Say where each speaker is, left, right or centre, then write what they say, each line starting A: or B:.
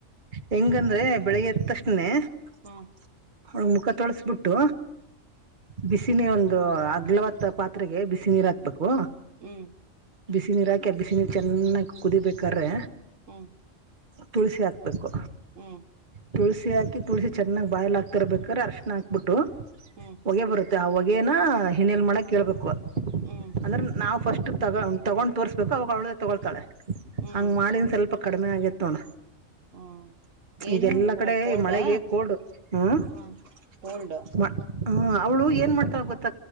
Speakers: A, on the right; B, on the right.
A: ಹೆಂಗಂದ್ರೆ ಬೆಳಿಗ್ಗೆ ಎತ್ತಕ್ಷಣನೇ.
B: ಹ್ಮ್
A: ಅವಳ ಮುಖ ತೊಳಸ್ಬಿಟ್ಟು. ಬಿಸಿನೀರ್ ಒಂದು ಅಗ್ಲವಾದ ಪಾತ್ರೆಗೆ ಬಿಸಿ ನೀರ ಹಾಕ್ಬೇಕು.
B: ಹ್ಮ್
A: ಬಿಸಿ ನೀರು ಹಾಕಿ ಆ ಬಿಸಿ ನೀರು ಚೆನ್ನಾಗಿ ಕುದಿಬೇಕಾದ್ರೆ.
B: ಹ್ಮ್
A: ತುಳಸಿ ಹಾಕ್ಬೇಕು.
B: ಹ್ಮ್
A: ತುಳಸಿ ಹಾಕಿ ತುಳಸಿ ಚೆನ್ನಾಗಿ ಬಾಯ್ಲ್ ಆಕ್ತಿರ್ಬೇಕಾರೆ ಅರಿಶಿಣ ಹಾಕ್ಬಿಟ್ಟು.
B: ಹ್ಮ್
A: ಹೊಗೆ ಬರುತ್ತೆ ಆ ಹೊಗೆೇನ ಇನ್ಹೇಲ್ ಮಾಡಕ್ ಹೇಳ್ಬೇಕು.
B: ಹ್ಮ್
A: ಅಂದ್ರೆ ನಾವು ಫಸ್ಟ್ ತಗೊಂಡ ತಗೊಂಡ್ ತೋರ್ಸ್ಬೇಕು ಅವಾಗ ಅವಳೆ ತಗೊಳ್ತಾಳೆ
B: ಹ್ಮ್
A: ಹಂಗ ಮಾಡಿ. ಸ್ವಲ್ಪ ಕಡಿಮೆ ಆಗಿತ್ ನೋಡ.
B: ಹ್ಮ್ ಏನು
A: ಈಗೆಲ್ಲಾ ಕಡೆ
B: ಕೋಲ್ಡಾ
A: ಮಳೆಗೆ ಕೋಲ್ಡು ಹ್ಮ
B: ಹ ಕೋಲ್ಡ್
A: ಮ ಹಂ ಅವ್ಳು ಏನ್ ಮಾಡ್ತಳ ಗೊತ್ತ